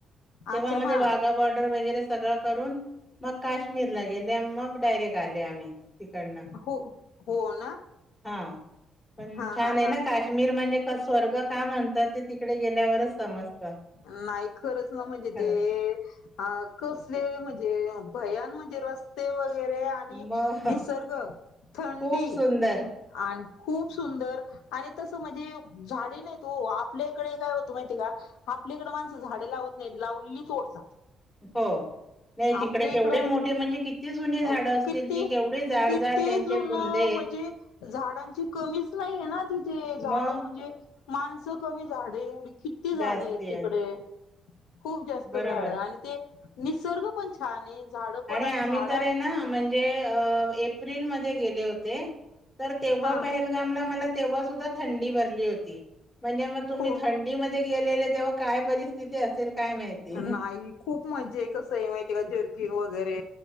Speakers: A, on the left; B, on the left.
A: तेव्हा
B: अच्छा
A: म
B: हा
A: ते वाघा बॉर्डर वगैरे सगळं करून मग काश्मीरला गेले, मग डायरेक्ट आले आम्ही. तिकडन
B: हो हो ना
A: हा पण
B: हा
A: छान
B: हा
A: आहे
B: हा
A: ना काश्मीर म्हणजे ते स्वर्ग का म्हणतात ते तिकडे गेल्यावरच समजतं.
B: नाही खरच ना म्हणजे
A: खरं
B: ते अ कसले म्हणजे ते भयान म्हणजे रस्ते व गैरे आणि
A: मग
B: निसर्ग, थंडी
A: खूप सुंदर
B: आणि खूप सुंदर आणि तसं म्हणजे झाडे नाहीत ओ आपल्या ईकडे काय होतो माहितीय का? आपल्याकडं माणसं झाडें लावत नाहीत लावलेली तोडतात.
A: हो. नाही तिकडे
B: आपल्या
A: केवढे
B: इकडं
A: मोठे म्हणजे किती जुने झाड
B: अ
A: असतील
B: किती
A: ती केवढी जाड
B: किती
A: जाड त्यांचे
B: जुन
A: बुंदे आहेत
B: म्हणजे झाडांची कमीच नाहीये ना तिथे झाडं
A: मग
B: म्हणजे माणसं कमी झाड एवढी किती झाडं
A: जास्ती
B: आहे तिकडे.
A: आहेत
B: खूप जास्त
A: बरोबर
B: झाड आणि ते निसर्ग पण छान आहे, झाडं पण आणि
A: आम्ही
B: झाड
A: तर आहे म्हणजे एप्रिल मध्ये गेले होते. तर तेव्हा
B: हा
A: पहेलगामला मला तेव्हा सुद्धा थंडी भरली होती. म्हणजे मग तुम्ही
B: हो
A: थंडीमध्ये गेलेले तेव्हा काय परिस्थिती असेल काय माहिती
B: नाही खूप मजे कसंय माहिती आहे का? जर्कीन वगैरे